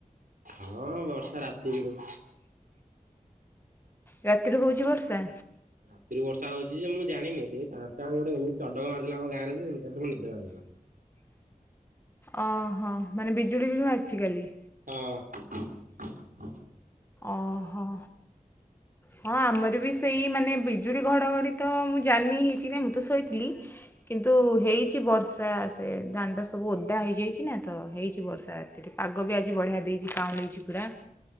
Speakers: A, on the right (about 75°); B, on the left (about 15°).
A: ହଁ ବର୍ଷା ରାତିକିରୁ
B: ରାତିରୁ ହୋଉଚି ବର୍ଷା?
A: ରାତିରୁ ବର୍ଷା ହଞଉଚି ଯେ ମୁଁ ଜାଣିନି ସେଇ ପାଞ୍ଚ୍ଟା ବେଳୁ ଗୋଟେ ଏମତି ଚଡ଼କ ମାରିଦେଲା ଆମ ଗାଁରେ ଯେ ଏକାଥରେ ମୋ ନିଦ ଭାଙ୍ଗିଗଲା।
B: ଅହଁ। ହଁ ମାନେ ବିଜୁଳି ବି ମାରିଚି କାଲି?
A: ହଁ।
B: ଓହୋ। ହଁ ଆମର ବି ସେଇ ମାନେ ବିଜୁଳି ଘଡ଼ଘଡ଼ି ତ ମୁଁ ଜାନି ହେଇଚି ନାଇ ମୁଁ ତ ଶୋଇଥିଲି। କିନ୍ତୁ ହେଇଚି ବର୍ଷା, ସେ ଦାଣ୍ଡ ସବୁ ଓଦା ହେଇଯାଇଚି। କିନା ତ ହେଇଛି ବର୍ଷା, ରାତିରେ ପାଗ ବି ଆଜି ବଢ଼ିଆ ଦେଇଚି, ପାଉଁଳେଇଚି ପୁରା।